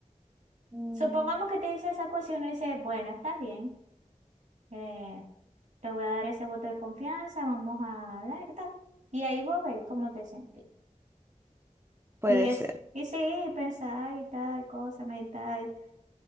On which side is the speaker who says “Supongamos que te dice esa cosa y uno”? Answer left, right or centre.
Right